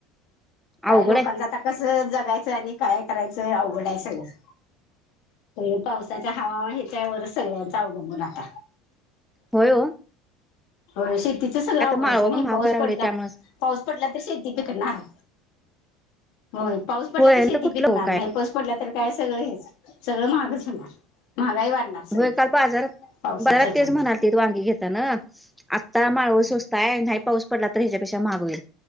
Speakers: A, on the left (about 60°); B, in the centre.
A: काही
B: अवघड
A: लोकांचा
B: आहे
A: आता कसं जगायचं आणि काय करायचं अवघडाय सगळं ते पावसाच्या हवामा ह्याच्यावरच सगळ्यांचा अवलंबून आता
B: होयो
A: हो शेतीच सगळं अवघडचं
B: माळव
A: नाही
B: पण महाग
A: पाऊस
B: व्हायला लागले
A: पडला
B: त्यामुळेच
A: पाऊस पडला तर शेती पिकणार होय पाऊस पडला
B: होय
A: तर शेती
B: कुठलं
A: पिकणार
B: हो काय
A: नाही पडलं तर काय सगळं हेच सगळं महागच होणार महागाही वाढणार सगळी
B: होय काल बाजार
A: पावसाच्या
B: बाजारात
A: ह्याच्यामुळे
B: तेच म्हणालतील वांगी घेताना आता माळव सत काय नाही पाऊस पडला तर ह्याच्यापेक्षा मागवेल